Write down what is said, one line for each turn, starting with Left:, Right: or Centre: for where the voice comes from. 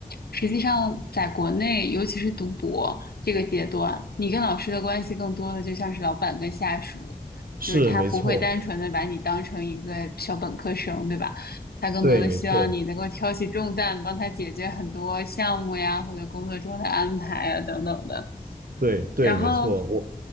Left: 实际上，在国内，尤其是读博这个阶段，你跟老师的关系更多的就像是老板跟下属，
Right: 是没错，
Left: 就是他不会单纯的把你当成一个小本科生，对吧？他更多的希望你能够挑起重担，
Right: 对，没错，
Left: 帮他解决很多项目呀，或者工作中的安排啊等等的。
Right: 对对，
Left: 然后
Right: 没错，我